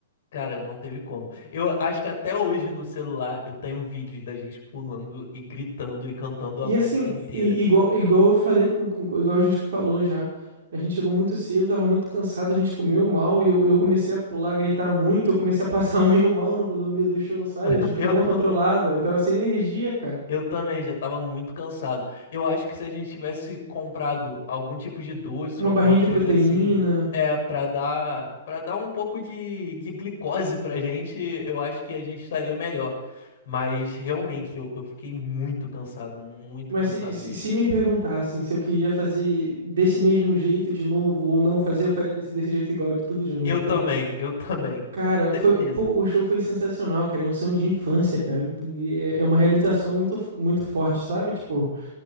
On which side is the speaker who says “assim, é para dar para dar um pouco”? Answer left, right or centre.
Left